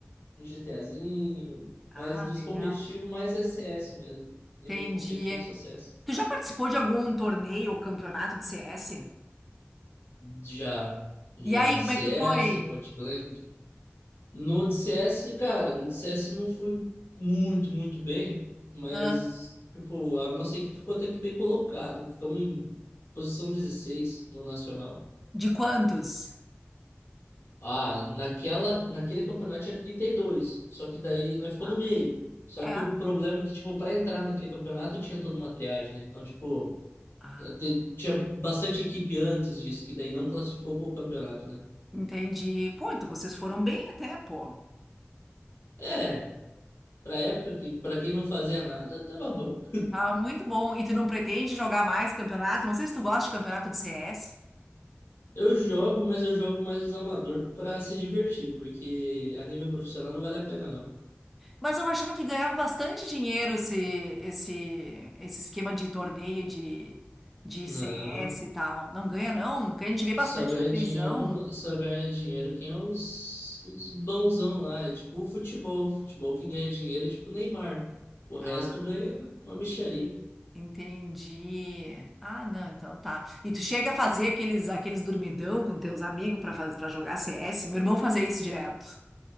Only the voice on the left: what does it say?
um GTAzinho,
mas dos
competitivos mais é CS mesmo. Nível
competitivo só CS.
Já, já
de
CS,
Point Blank. No de CS, cara, no de CS não fui muito, muito bem, mas,
tipo, a nossa equipe ficou até que bem colocada. Ficamos em posição 16 no Nacional.
Ah, naquela, naquele campeonato tinha 32. só que daí nós ficou
no meio. Só
que o problema é que, tipo, para entrar naquele campeonato tinha toda uma triagem, né? Então, tipo,
eh, te- tinha bastante equipe antes disso, que daí não classificou pro campeonato, né?
É, pra época que, pra quem não fazia nada, tava bom.
Eu jogo, mas eu jogo mais os amador pra se divertir, porque a nível profissional não vale a pena, não.
Não.
Só ganha
dinheiro, só ganha dinheiro quem é os, os bonzão lá. É tipo o futebol. Futebol quem ganha dinheiro é tipo o Neymar. O resto
ganha uma mixaria.